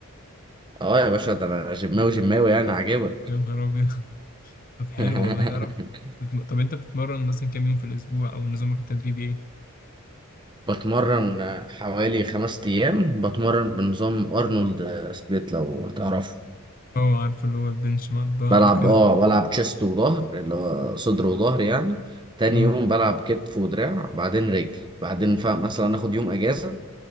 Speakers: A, on the right (about 20°); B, on the left (about 40°).
A: اه يا باشا ده انا جماوي جماوي يعني عاجبك
B: يا نهار ابيض <laughs> طب حلو
A: <laughs>
B: والله تعرف بتم- طب انت بتتمرن مثلا كام يوم في الاسبوع او نظامك التدريبي ايه
A: بتمرن حوالي خمس ايام بتمرن بنظام ارنولد سبليت لو تعرفه
B: اه عارفه اللي هو البنش مع الظهر
A: بلعب
B: وكده
A: اه بلعب تشيست وظهر اللي هو صدر وظهر يعني تاني
B: اه
A: يوم بلعب كتف ودراع بعدين رجل بعدين ف- مثلا اخد يوم اجازة